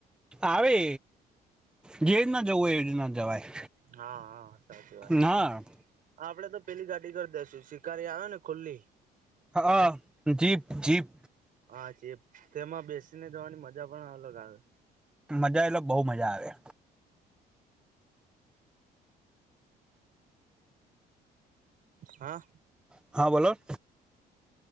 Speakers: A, in the centre; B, on the right (about 55°).
A: આવે જે રીના જવું હોય એવી રીના જવાય
B: હા હા સાચી વાત છે.
A: ના
B: આપડે તો પેલી ગાડી કરી દેસું. શિકારી આવે ને ખુલ્લી.
A: હા જીપ. જીપ
B: હાચી. તેમાં બેસીને જવાની મજા પણ અલગ આવે.
A: મજા એટલે બહુ મજા આવે.
B: હા.
A: હા બોલો.